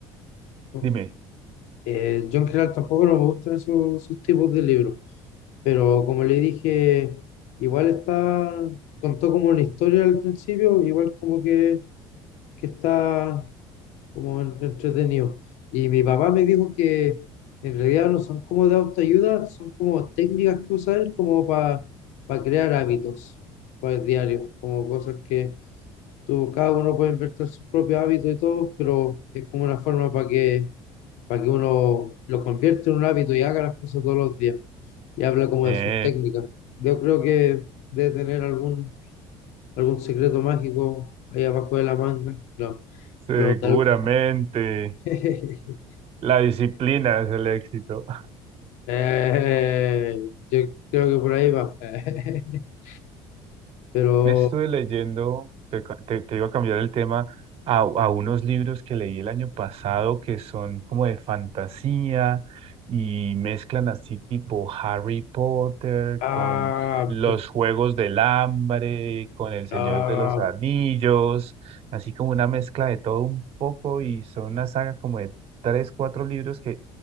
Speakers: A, on the left (about 75°); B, on the right (about 55°).
A: no,
B: dime.
A: eh, yo en general tampoco no me gustan esos, esos tipos de libros, pero como le dije, igual está, contó como una historia al principio, igual como que, que está como en- entretenido. Y mi papá me dijo que en realidad no son como de autoayuda, son como técnicas que usa él como para crear hábitos para el diario, como cosas que tú, cada uno puede invertir sus propios hábitos y todo, pero es como una forma para que, para que uno lo convierta en un hábito y haga las cosas todos los días. Y habla como
B: Eh,
A: de sus técnicas. Yo creo que debe tener algún, algún secreto mágico ahí abajo de la manga. No,
B: seguramente
A: pero tal- <laughs>
B: la disciplina es el éxito.
A: Eh, yo creo que por ahí va. <laughs> Pero,
B: Estuve leyendo, te, cu- te, te iba a cambiar el tema, a, a unos libros que leí el año pasado que son como de fantasía y mezclan así tipo Harry Potter
A: ah,
B: con los Juegos del Hambre, con El Señor
A: ah,
B: de los Anillos, así como una mezcla de todo un poco y son una saga como de tres, cuatro libros que